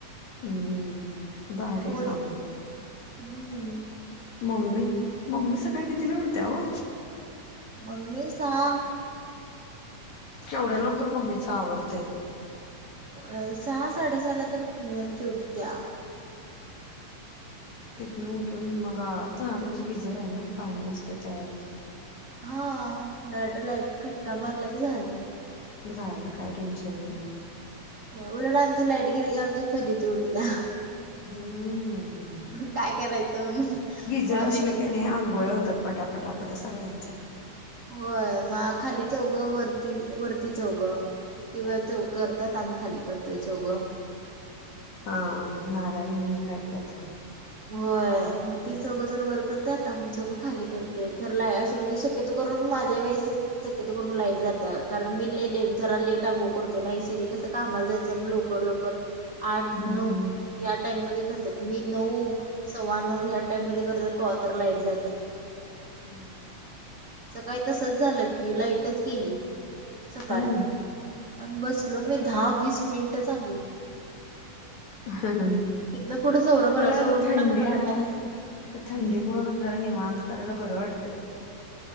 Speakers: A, on the left; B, on the right.
A: हम्म भारी
B: फोन
A: हाय काम
B: हम्म
A: मम्मी मम्मी सकाळी कितीला उठत्या ओ?
B: मम्मी सहा
A: केवढ्या लवकर मम्मीच आवरतंय.
B: होय सहा साडेसहा ला तर मम्मी आमची उठत्या
A: तिथनं उठून मग आ हा तुमचा गिजर आहे ना पाणी असतंय तयारचं
B: हा डायरेक्ट लाईट खटका मारला की झालं.
A: झालं काय टेन्शन नाही.
B: होय उलट आमची लाईट गेली कि आमची फजीती उडत्या
A: हम्म
B: काय करायचं म्हणून
A: गिजर
B: मग आम्ही
A: असलं कि नाही आंघोळ्या होतात पटाप पटापटा सगळ्यांच्या
B: होय मग खाली चौघं वरती वरती चौघं ती वर चौघं करतात आणि आम्ही खाली करतोय चौघं
A: हा नारायणी एक आहे कि आता
B: होय मग ती चौघजण वर करत्यात आम्ही चौघं खाली करतोय खरं लाय असं म्हणजे शक्यतो करून माझ्या वेळेस शक्यतो करून लाईट जात्या कारण मी लई लेट जरा लेट अंगोळ करतोय ना ही सगळी कसं कामाला जायचय म्हणून लवकर लवकर आठ
A: हम्म
B: नऊ या टाइम मध्ये करत्यात मी नऊ सव्वा नऊ ह्या टाइम मध्ये करते कवा तर लाईट जात्या
A: हम्म
B: सकाळी तसचं झालं कि लाईटचं गेली सकाळी
A: हम्म
B: आणि बसलो मी दहा वीस मिनटं चांगली
A: हं हं हं
B: तिथनं पुढं सौरभ
A: खरा
B: आला
A: अर्थ
B: सौरभला
A: थंडी
B: टाइम
A: आहे
B: दिला
A: तर थंडीमुळं
B: हम्म
A: पण जरा निवांत करायला बर वाटतंय